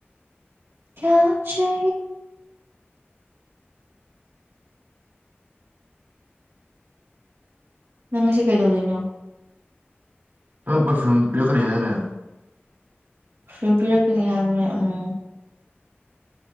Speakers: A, on the right; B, on the right.
A: ꯀꯌꯥ ꯍꯥ ꯆꯦ ꯅꯪ ꯑꯁꯤ ꯀꯩꯗꯧꯗꯣꯏꯅꯣ
B: ꯇ ꯄꯐ꯭ꯌ ꯄꯤꯌꯥ ꯀꯔꯤ ꯍꯥꯏꯗꯅꯦ
A: ꯁꯨꯝ ꯄꯤꯔꯛꯀꯅꯤ ꯍꯥꯏꯕꯅꯦ ꯎꯝ